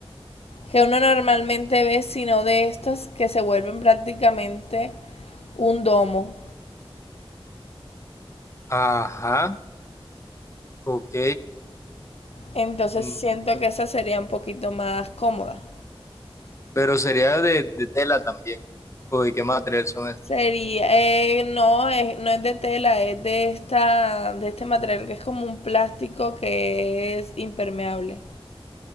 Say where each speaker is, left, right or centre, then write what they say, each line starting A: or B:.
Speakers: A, on the left; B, on the left.
A: que uno normalmente ve, sino de estas que se vuelven prácticamente un domo.
B: Ajá, ok,
A: Entonces
B: mm,
A: siento que esa sería un poquito más cómoda.
B: pero sería de, de tela también, o de qué material son estos.
A: Sería, eh, no, es, no es de tela, es de esta, de este material que es como un plástico que es impermeable.